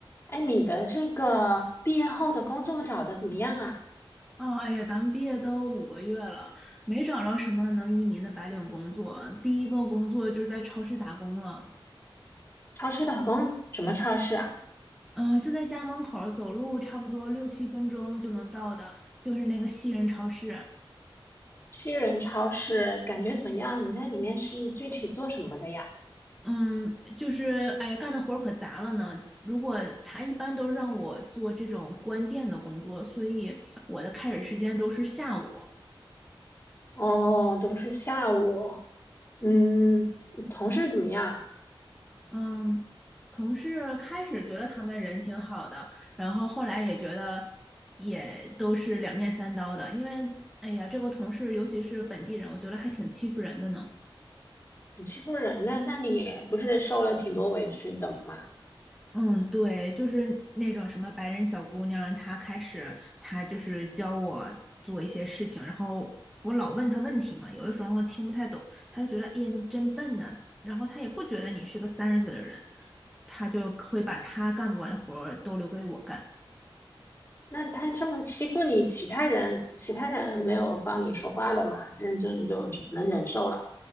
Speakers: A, on the left (about 25°); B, in the centre.
A: 哎，你的这个毕业后的工作找的怎么样啊？
B: 哦，哎呀，咱们毕业都五个月了，没找着什么能移民的白领工作。第一个工作就是在超市打工了，
A: 超市打工什么超市啊？
B: 嗯，就在家门口儿，走路差不多六七分钟就能到的，就是那个西人超市。
A: 西人超市感觉怎么样？你在里面是具体做什么的呀？
B: 嗯，就是哎呀，干的活儿可杂了呢。如果他一般都让我做这种关店的工作，所以我的开始时间都是下午。
A: 哦，都是下午。嗯，同事怎么样？
B: 嗯，同事开始觉得他们人挺好的，然后后来也觉得也都是两面三刀的，因为哎呀，这个同事尤其是本地人，我觉得还挺欺负人的呢。
A: 挺欺负人的，那你不是受了挺多委屈的吗？
B: 嗯，对，就是那种什么白人小姑娘，她开始她就是教我做一些事情，然后我老问她问题嘛，有的时候听不太懂，她就觉得哎呀你真笨呐，然后她也不觉得你是个三十岁的人，她就会把她干不完的活儿都留给我干。
A: 那他这么欺负你，其他人其他人没有帮你说话的吗？还是就你就只能忍受了？